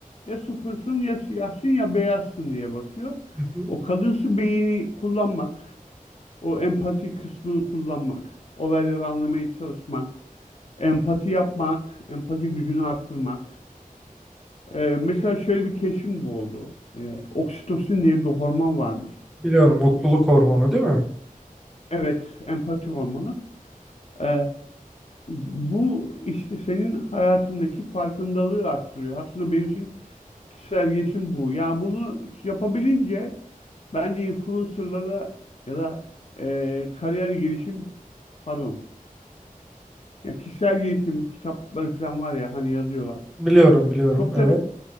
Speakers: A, on the left; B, in the centre.
A: ya sıfırsın ya siyahsın ya beyazsın diye bakıyor.
B: Hı hı.
A: O kalınsı beyni kullanmak, o empati kısmını kullanmak, olayları anlamaya çalışmak, empati yapmak, empati gücünü arttırmak. Ee, mesela şöyle bir keşfim bu oldu. Ee, oksitosin diye bir hormon varmış.
B: Biliyorum mutluluk hormonu değil mi?
A: Evet, empati hormonu. Ee, bu işte senin hayatındaki farkındalığı arttırıyor. Aslında benim için kişisel gelişim bu. Yani bunu yapabilince bence influencerlara ya da e, kariyer gelişim pardon ya kişisel gelişim kitapları falan var ya hani yazıyorlar.
B: Biliyorum biliyorum
A: Çok
B: evet.
A: da